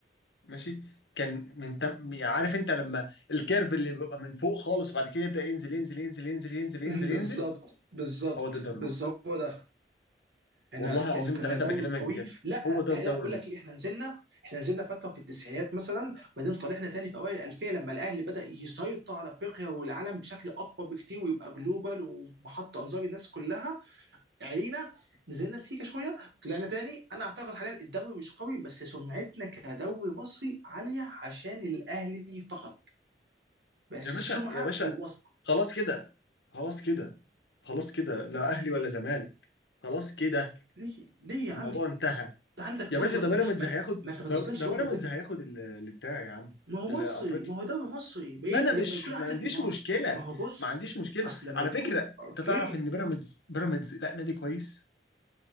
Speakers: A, on the left; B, on the right.
A: ماشي كان من تم... يعني عارف انت لما الكيرف اللي بيبقى من فوق خالص وبعد كده يبدأ ينزل ينزل ينزل ينزل ينزل
B: <laughs>
A: ينزل
B: بالظبط
A: ينزل
B: بالظبط
A: هو ده الدوري
B: بالظبط
A: المصري
B: هو ده احنا
A: والله
B: كان
A: العظيم
B: كنا
A: ثلاثة
B: دوري
A: بكلمك
B: قوي
A: بجد
B: لا
A: هو ده
B: لا
A: الدوري
B: بقول
A: المصري
B: لك ايه احنا نزلنا احنا نزلنا فتره في التسعينات مثلا بعدين طلعنا تاني في اوائل الالفيه لما الاهلي بدا يسيطر على افريقيا والعالم بشكل اكبر بكتير ويبقى جلوبال ومحط انظار الناس كلها علينا نزلنا سيكا شويه طلعنا تاني انا اعتقد حاليا الدوري مش قوي بس سمعتنا كدوري مصري عاليه عشان الاهلي فقط بس
A: يا باشا
B: السمعه
A: يا باشا
B: واصله
A: خلاص كده خلاص كده خلاص كده لا اهلي ولا زمالك خلاص كده
B: ليه ليه يا
A: الموضوع
B: عم انت
A: انتهى
B: عندك
A: يا
B: برضه
A: باشا
B: ما,
A: ده
B: ما,
A: بيراميدز
B: ما,
A: هياخد
B: ما انت ما
A: ده
B: تسلمش
A: ده بيراميدز
B: برضه الدنيا
A: هياخد ال- اللي بتاع يا عم
B: ما هو مصري
A: الافريقيا
B: ما هو دوري مصري ما
A: ما
B: إيه-
A: انا مش
B: لما يكون
A: ما
B: عندك
A: عنديش
B: إيه؟ ما
A: مشكله
B: هو ما هو بص
A: ما عنديش مشكله
B: اصل لما
A: على
B: يكون
A: فكره
B: اوكي
A: انت تعرف ان بيراميدز بيراميدز لا نادي كويس